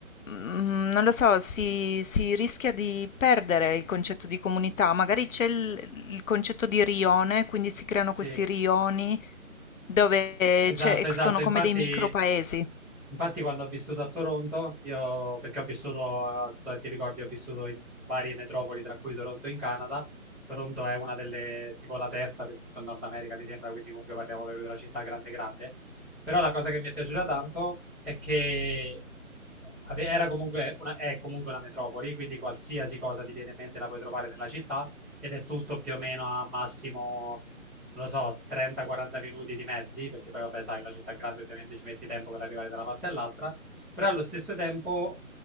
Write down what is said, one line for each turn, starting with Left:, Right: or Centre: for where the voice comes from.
Left: mm, non lo so, si, si rischia di perdere il concetto di comunità, magari c'è il il concetto di rione, quindi si creano
Centre: sì,
Left: questi rioni dove
Centre: esatto,
Left: c'è-
Centre: esatto.
Left: sono
Centre: Infatti
Left: come dei micro paesi.
Centre: Infatti, quando ho vissuto a Toronto, io, perché ho vissuto, eh, non so se ti ricordi, ho vissuto in varie metropoli, tra cui Toronto in Canada. Toronto è una delle, tipo la terza del tutto il Nord America, mi sembra, quindi comunque parliamo proprio della città grande grande. Però la cosa che mi è piaciuta tanto è che ave- era comunque una, è comunque una metropoli, quindi qualsiasi cosa ti viene in mente la puoi trovare nella città ed è tutto più o meno a massimo non lo so, 30-40 minuti di mezzi, perché poi vabbè, sai, una città grande ovviamente ci metti tempo per arrivare da una parte all'altra, però allo stesso tempo